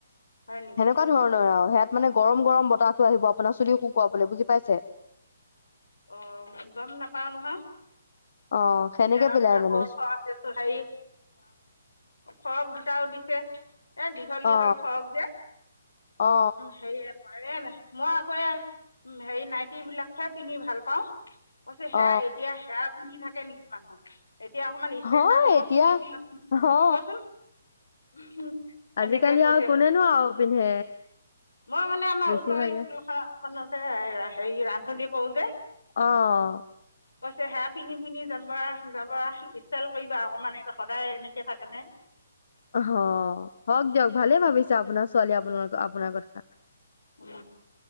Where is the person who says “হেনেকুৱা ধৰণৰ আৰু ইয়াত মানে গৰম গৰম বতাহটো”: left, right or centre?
Left